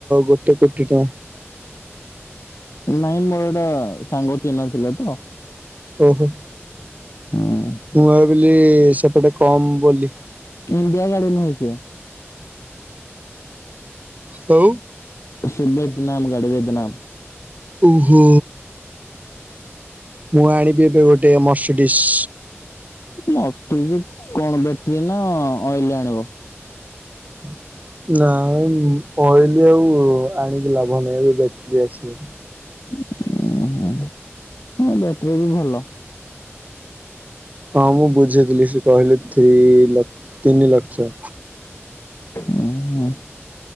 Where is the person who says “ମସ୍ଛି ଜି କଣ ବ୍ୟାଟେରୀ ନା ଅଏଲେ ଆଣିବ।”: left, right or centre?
Left